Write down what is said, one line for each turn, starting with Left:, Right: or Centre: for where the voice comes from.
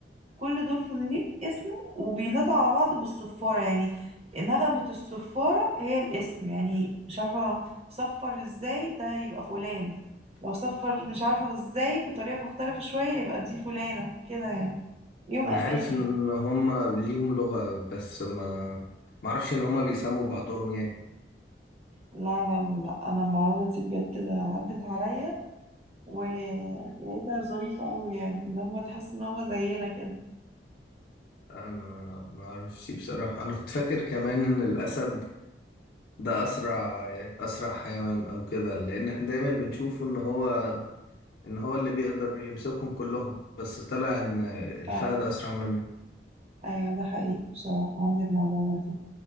Right: كل دول فنليق اسمه وبينادوا على بعض بالصفارة يعني نغمة الصفارة هي الاسم يعني مش عارفة لو صفر ازاي ده يبقى فلان لو صفر مش عارفة ازاي بطريقة مختلفة شوية يبقى دي فلانة كده يعني ليهم
Left: انا
Right: أسامي
Left: عارف
Right: يعني
Left: ان هما ليهم لغة بس ما ما اعرفش ان هما بيسموا بعضهم يعني
Right: لا لا لا لا، أنا المعلومة دي بجد عدت عليا ولقيتها ظريفة أوي يعني إن هما تحس إن هما زينا كده
Left: أنا ما ما اعرفش بصراحة انا كنت فاكر كمان ان الاسد ده اسرع اسرع حيوان او كده لان احنا دايما بنشوفه ان هو ان هو اللي بيقدر يمسكهم كلهم بس طلع ان الفهد
Right: آه،
Left: اسرع منه
Right: أيوة ده حقيقي بصراحة عندي المعلومة دي